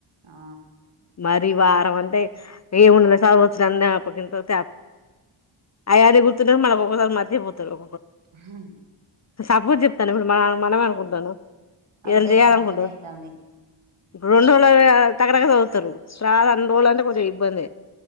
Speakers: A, on the right (about 70°); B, on the left (about 35°).
A: ఆ
B: మర్ దది వారం అంటే ఏ ఉండ సవచ్చ చందప్పకింత <unintelligible> అయన్నీ గుర్తుంట మనకు ఒక్కసారి మర్చపోతారు
A: హా
B: సపోజ్ చెప్తన ఇప్పుడు మన మనమే అనుకుంటాను
A: అంతే
B: ఏదనా చేయాలి
A: మరి
B: అనుకుంటం
A: అట్లనే అయితాంది
B: రెండు రోజులు అయినా టకటక చదువుతరు రండు రోజులు అంటే కొంచెం ఇబ్బందే